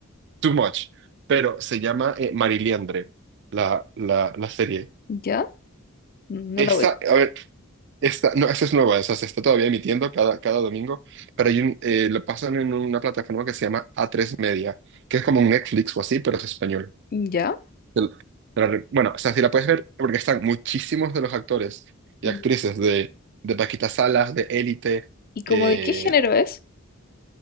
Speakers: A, on the right; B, on the left.
A: Too Much, pero se llama eh, Mariliandre, la, la, la serie.
B: ¿ya? No
A: Esta,
B: la voy.
A: a ver, esta, no, esta es nueva, o sea, se está todavía emitiendo cada, cada domingo, pero hay un- eh, lo pasan en una plataforma que se llama a tres Media, que es como un Netflix o así, pero es español.
B: ¿Ya?
A: Te la- te la re- Bueno, o sea, si la puedes ver, porque están muchísimos de los actores
B: ¿Y,
A: y actrices de, de Paquita Salas, de Élite,
B: y como
A: eh,
B: de qué género es?